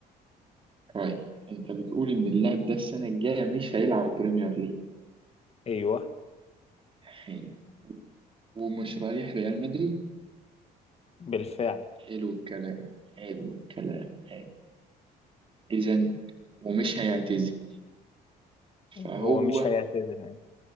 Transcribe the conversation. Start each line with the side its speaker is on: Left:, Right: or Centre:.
Right: طيب انت بتقول ان اللاعب ده السنة الجاية مش هيلعب بريمير ليج
Left: ايوه
Right: حلو ومش رايح ريال مدريد
Left: بالفعل
Right: حلو الكلام حلو الكلام حلو اذا ومش هيعتزل
Left: هو
Right: فهو
Left: مش هيعتذر يعني